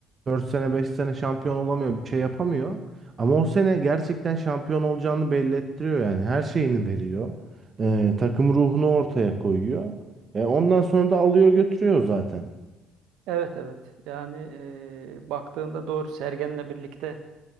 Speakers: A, on the right; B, on the right.
A: 4 sene 5 sene şampiyon olamıyor bir şey yapamıyor. Ama o sene gerçekten şampiyon olacağını belli ettiriyor yani her şeyini veriyor. Ee, takım ruhunu ortaya koyuyor. E, ondan sonra da alıyor götürüyor zaten.
B: Evet evet yani e, baktığında doğru Sergen'le birlikte